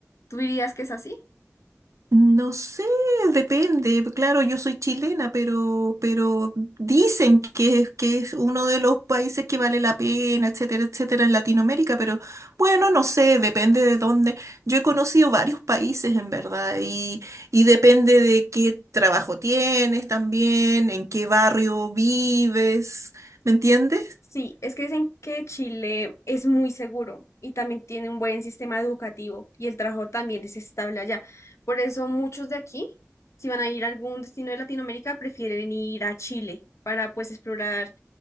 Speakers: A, on the left; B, on the right.
A: ¿Tú dirías que es así?
B: No sé, depende. Claro, yo soy chilena, pero, pero dicen que, es- que es uno de los países que vale la pena, etcétera, etcétera, en Latinoamérica, pero bueno, no sé, depende de dónde. Yo he conocido varios países en verdad y, y depende de qué trabajo tienes también, en qué barrio vives, ¿me entiendes?
A: Sí, es que dicen que Chile es muy seguro y también tiene un buen sistema educativo y el trabajo también es estable allá. Por eso muchos de aquí, si van a ir a algún destino de Latinoamérica, prefieren ir a Chile para pues explorar